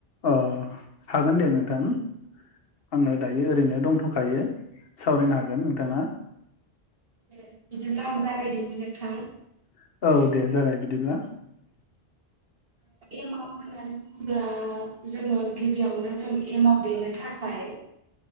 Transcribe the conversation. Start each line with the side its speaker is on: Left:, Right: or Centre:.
Left: अ हागोन दे नोंथां आङो दायो ओरैनो दंथ'खायो सावरायनो हागोन नोंथाङा।
Right: ए बिदिब्लां जागायदमोन नोंथां।
Left: <inaudible>
Right: एमाव होननानै बुङोब्ला जोङो गिबियावनो जों एमाव देनो थाखाय